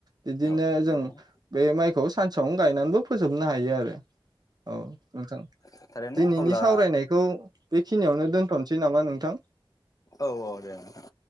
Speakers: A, on the right; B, on the left.
A: बिदिनो
B: औ
A: जों
B: थारैनो
A: बे माइ सानसेयावनो गायनानैबो फोजोबनो हायो आरो। <inaudible> औ नोंथां
B: औ थारैनो
A: दिनैनि
B: अब्ला
A: सावरायनायखौ बेखिनियावनो दोनथ'नोसै नामा नोंथां
B: औ औ दे नोंथां